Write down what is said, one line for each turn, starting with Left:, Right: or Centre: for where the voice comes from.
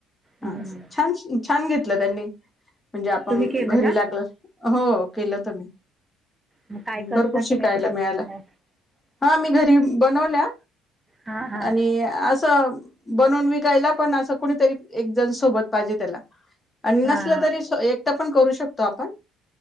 Left: हा
Right: हम्म
Left: असं छान छान घेतलं त्यांनी म्हणजे आपण
Right: तुम्ही केलं
Left: घरी
Right: का
Left: लागल हो केलं त मी.
Right: मग काय करता
Left: भरपूर शिकायला
Right: की नाही ते चालतील
Left: मिळायला
Right: काय
Left: हा मी घरी बनवल्या.
Right: हां हां
Left: आणि आस बनून विकायला पण असं कुणीतरी एक जण सोबत पाहिजे त्याला आणि
Right: हां
Left: नसलं तरी एकट पण करू शकतो आपण